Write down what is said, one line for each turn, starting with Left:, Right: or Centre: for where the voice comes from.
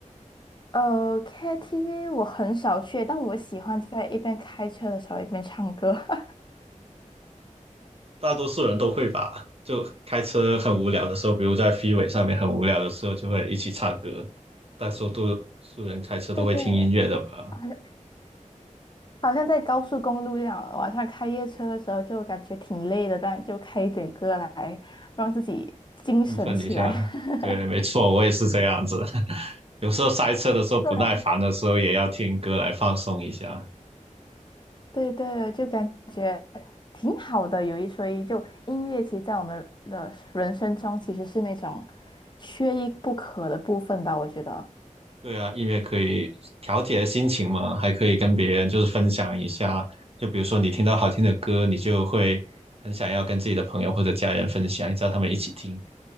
Left: 呃，KTV 我很少去，但我喜欢在一边开车的时候一边唱歌。<laughs>
Right: 大多数人都会吧，就开车很无聊的时候，比如在 f r e 上面很无聊的时候，就会一起唱歌。大多数人开车都会听音乐的吧，
Left: 对对，好像好像在高速公路一样，晚上开夜车的时候就感觉挺累的，但就开一点歌来让自己精神起来。
Right: 振奋一下。
Left: <laughs>
Right: 对，没错，我也是这样子。<laughs> 有时候塞车的时候不耐烦的时候，
Left: 不然，
Right: 也要听歌来放松一下。
Left: 对对，就感觉挺好的。有一说一，就音乐其实在我们的人生中其实是那种缺一不可的部分吧，我觉得。
Right: 对啊，音乐可以调节心情嘛，还可以跟别人就是分享一下。就比如说你听到好听的歌，你就会很想要跟自己的朋友或者家人分享，叫他们一起听，